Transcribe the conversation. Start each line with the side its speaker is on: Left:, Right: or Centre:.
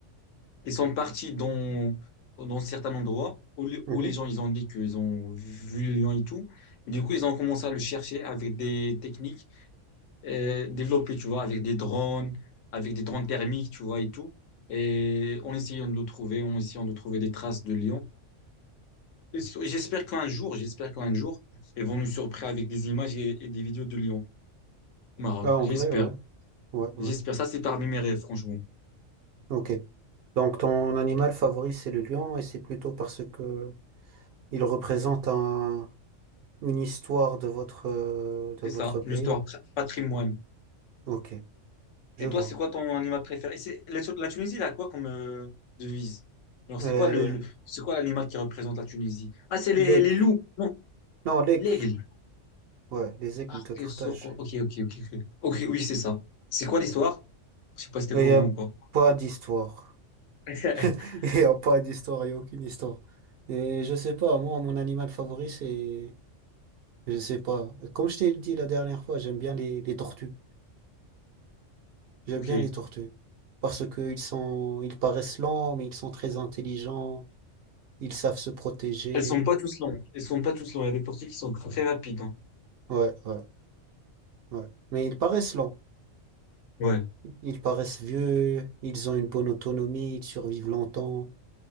Left: qui sont partis dans, dans certains endroits où, le-
Right: Mhm.
Left: où les gens, ils ont dit qu'ils ont vu le lion et tout. Et du coup, ils ont commencé à le chercher avec des techniques euh, développées, tu vois, avec des drones, avec des drones thermiques, tu vois, et tout. Et en essayant de le trouver, en essayant de trouver des traces de lion. Et sur- J'espère qu'un jour, j'espère qu'un jour, ils vont nous surprendre avec des images et, et des vidéos de Lyon au Maroc.
Right: Ah,
Left: J'espère.
Right: en vrai, ouais, ouais, ouais.
Left: J'espère. Ça, c'est parmi mes rêves, franchement.
Right: Ok. Donc ton animal favori, c'est le lion, et c'est plutôt parce que il représente un, une histoire de votre, euh, de
Left: C'est
Right: votre
Left: ça,
Right: pays.
Left: l'histoire, tra- patrimoine.
Right: Ok, je
Left: Et
Right: vois.
Left: toi, c'est quoi ton animal préféré? Et c'est- La, Tu- la Tunisie, elle a quoi comme euh, devise? Alors,
Right: Euh,
Left: c'est quoi le, le- c'est quoi l'animal qui représente la Tunisie? Ah, c'est
Right: l'aigle.
Left: les, les loups. Non,
Right: Non, l'aigle.
Left: l'aigle.
Right: Ouais, les aigles
Left: Ah,
Right: de Carthage.
Left: ok, so- ok, ok, ok. Ok, Ok, oui, c'est ça. C'est quoi l'histoire? Je sais pas si t'es
Right: Il
Left: au courant
Right: n'y a
Left: ou pas.
Right: pas d'histoire.
Left: <laughs>
Right: <laughs> Il n'y a pas d'histoire, il n'y a aucune histoire. Et je sais pas, moi, mon animal favori, c'est... Je sais pas. Comme je t'ai dit la dernière fois, j'aime bien les, les tortues. J'aime
Left: Ok.
Right: bien les tortues. Parce qu'ils sont... Ils paraissent lents, mais ils sont très intelligents. Ils savent se protéger.
Left: Elles sont pas tous longues. Elles sont pas tous longues. Il y a des portiers qui sont très rapides. hein.
Right: Ouais, ouais, ouais. Mais ils paraissent lents.
Left: Ouais.
Right: Ils paraissent vieux. Ils ont une bonne autonomie. Ils survivent longtemps.